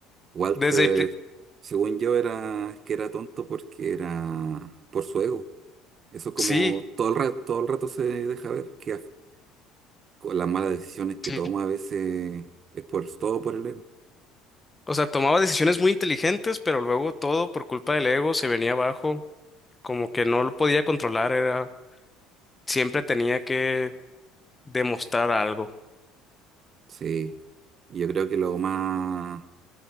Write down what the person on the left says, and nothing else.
desde... el pri-
Sí,
sí.
O sea, tomaba decisiones muy inteligentes, pero luego todo por culpa del ego se venía abajo, como que no lo podía controlar, era... Siempre tenía que demostrar algo.